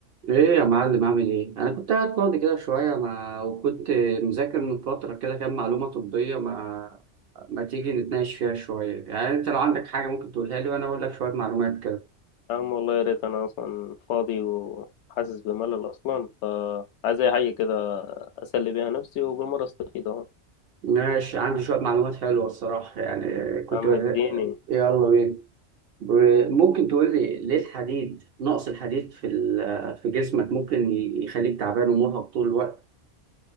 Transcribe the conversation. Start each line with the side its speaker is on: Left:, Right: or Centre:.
Right: ايه يا معلم عامل ايه انا كنت قاعد فاضي كده شويه ما وكنت مذاكر من فتره كده كام معلومه طبيه ما ما تيجي نتناقش فيها شويه يعني انت لو عندك حاجه ممكن تقولها لي وانا اقول لك شويه معلومات كده
Left: يا عم والله يا ريت انا اصلا فاضي وحاسس بملل اصلا فعايز اي حاجه كده اسلي بيها نفسي وبالمره استفيد اهو
Right: ماشي عندي شويه معلومات حلوه الصراحه يعني كنت
Left: يا عم
Right: بز...
Left: اديني
Right: يلا بينا ب- ممكن تقول لي ليه الحديد نقص الحديد في ال... في جسمك ممكن ي- يخليك تعبان ومرهق طول الوقت